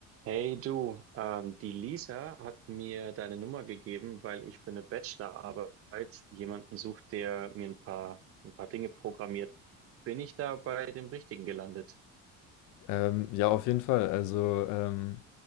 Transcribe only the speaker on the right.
Hey du, ähm, die Lisa hat mir deine Nummer gegeben, weil ich für eine Bachelorarbeit jemanden suche, der mir ein paar, ein paar Dinge programmiert. Bin ich da bei dem Richtigen gelandet?